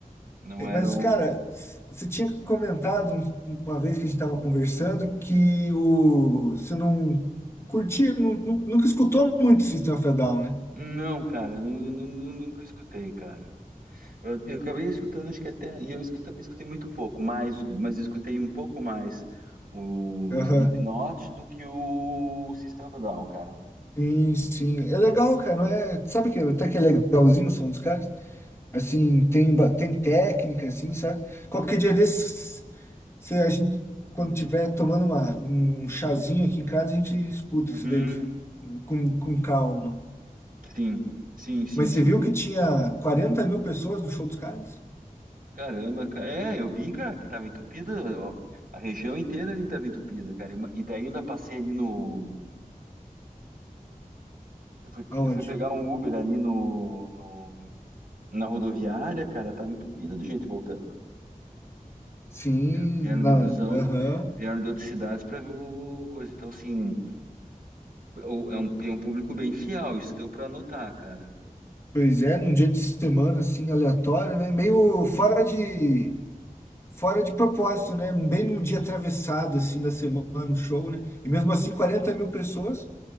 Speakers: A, on the right; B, on the left.
A: Não era
B: Mas,
A: o.
B: cara, c- você tinha comentado um- uma vez que a gente estava conversando que o, você não curtia, nu- nu- nunca escutou muito System of a Down, né?
A: Não, cara, eu nu- nu- nu- nunca escutei, cara. Eu, eu acabei escutando, acho que até, e eu escu- também escutei muito pouco, mas, mas escutei um pouco mais o
B: Aham.
A: Slipknot do que o System of a Down, cara.
B: Sim, sim. É legal, cara, não é? Sabe que até que é legalzinho o som dos caras? Assim, tem, ba- tem técnica, assim, sabe? Qualquer dia desses, se a gente, quando tiver tomando uma, um chazinho aqui em casa, a gente escuta
A: Uhum,
B: isso daí com, com calma.
A: sim, sim, sim,
B: Mas
A: sim.
B: você viu que tinha quarenta mil pessoas no show dos caras?
A: Caramba, cara. É, eu vi, cara, que tava entupida, ó, a região inteira ali tava entupida, cara, e, ma- e daí ainda passei ali no, eu fui,
B: Aonde?
A: eu fui pegar um Uber ali no, no- na rodoviária, cara, tava entupida de gente voltando.
B: Sim,
A: Vieram vieram
B: na,
A: de busão,
B: aham.
A: vieram de outras cidades pra ver o coisa, então assim... o- é um, é um público bem fiel, isso deu para notar, cara.
B: Pois é, num dia de semana, assim, aleatório, né? Meio fora de, fora de propósito, né? Bem num dia atravessado, assim, da semana, no show, né? E mesmo assim, quarenta mil pessoas.